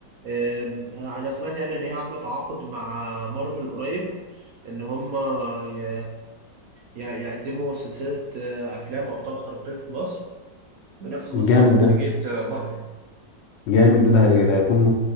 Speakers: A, on the right; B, on the left.
A: آم، انا سمعت يعني ان هي عامله تعاقد مع مارفل قريب ان هم ي... ي- يقدموا سلسله آه، افلام ابطال خارقين في مصر بنفس مستوى
B: جامد
A: انتاجيه
B: ده
A: آه، مارفل
B: جامد ده ده هي- ده هيكون